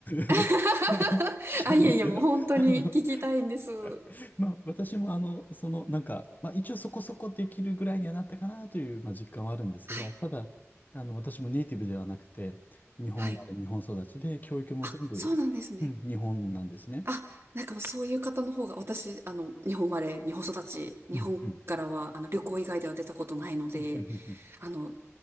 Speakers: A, on the left (about 35°); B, on the right (about 50°).
A: <laughs>
B: <laughs>
A: しない
B: あ、いやいや、
A: <laughs> んですけど、
B: もう本当に聞きたいんです。
A: <laughs> あの、<laughs>
B: は
A: まあ、私もあの、その、なんか、まあ、一応そこそこできるぐらいにはなったかなという、まあ、実感はあるんですが、
B: い。
A: ただ、あの、私もネイティブではなくて、日本生まれ、
B: はい。
A: 日本育ちで、教育も全部、
B: あ、そうなんですね。
A: うん、日本なんですね。
B: あ、なんかもうそういう方の方が、私、あの、日本生まれ、日本育ち、日本からは、
A: うん、うん。
B: あの、旅行以外では出たことないので、
A: うんうんうんうん
B: あの、